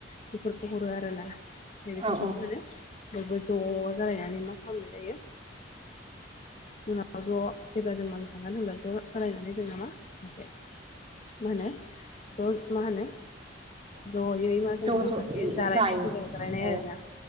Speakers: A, on the left (about 40°); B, on the right (about 30°).
A: बेफोरखौ हरो आरो ना। बेफोरखौबो
B: औ औ
A: फानो बयबो ज' जालायनानै मा खालामनाय जायो। उनाव ज' जेब्ला जों मागि खांगोन होनब्ला ज' जालायनानै जोंना मा मोनसे मा होनो ज' मा होनो जयै मा जोंना
B: ज'
A: माखासे
B: ज'
A: जालायनाय
B: जायो
A: <unintelligible> आरोना
B: औ